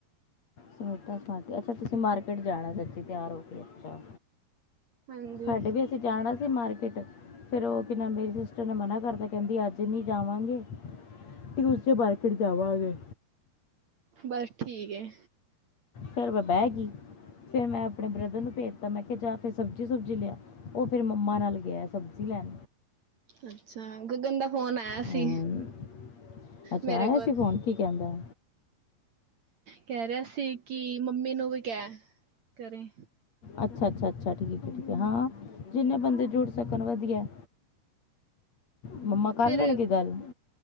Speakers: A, on the left; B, on the right.
A: ਸਮੇਟ ਸਮਾਟੀ ਅੱਛਾ ਤੁਸੀਂ ਮਾਰਕੀਟ ਜਾਣਾ ਸੱਚੀ ਤਿਆਰ ਹੋ ਕੇ ਅੱਛਾ
B: ਹਾਂਜੀ
A: ਸਾਡੇ ਵੀ ਅਸੀਂ ਜਾਣਾ ਵੀ ਮਾਰਕੀਟ ਫਿਰ ਓ ਕੀ ਨਾਮ ਮੇਰੀ ਸਿਸਟਰ ਨੇ ਮਨਾ ਕਰਤਾ ਕੈਂਦੀ ਅੱਜ ਨੀ ਜਾਵਾਂਗੇ ਟੀਉਸਡੇ ਮਾਰਕਿਟ ਜਾਵਾਂਗੇ।
B: ਬਸ ਠੀਕ ਏ
A: ਫਿਰ ਮੈਂ ਬੈਗੀ ਫੇਰ ਮੈਂ ਆਪਣੇ ਬ੍ਰਦਰ ਨੂੰ ਭੇਜਤਾ ਮੈਂ ਕਿਆ ਜਾ ਫਿਰ ਸਬਜ਼ੀ ਸੁਬਜੀ ਲਿਆ ਓ ਫਿਰ ਮੰਮਾ ਨਾਲ ਗਿਆ ਐ ਸਬਜ਼ੀ ਲੈਣ।
B: ਅੱਛਾ ਗਗਨ ਦਾ ਫੋਨ ਆਇਆ
A: ਅਮ,
B: ਸੀ
A: ਅੱਛਾ
B: ਮੇਰੇ
A: ਆਇਆ
B: ਕੋਲ।
A: ਸੀ ਫੋਨ ਕੀ ਕਹਿੰਦਾ
B: ਕੈ ਰਿਆ ਸੀ ਕੀ ਮੰਮੀ ਨੂੰ ਵੀ ਕੈ ਕਰੇ
A: ਅੱਛਾ-ਅੱਛਾ-ਅੱਛਾ ਠੀਕ ਐ ਠੀਕ ਐ ਹਾਂ ਜਿੰਨੇ ਬੰਦੇ ਜੁੜ ਸਕਣ ਵਧੀਆ। ਮੰਮਾ ਕਰ
B: ਫਿਰ
A: ਲੈਣਗੇ ਗੱਲ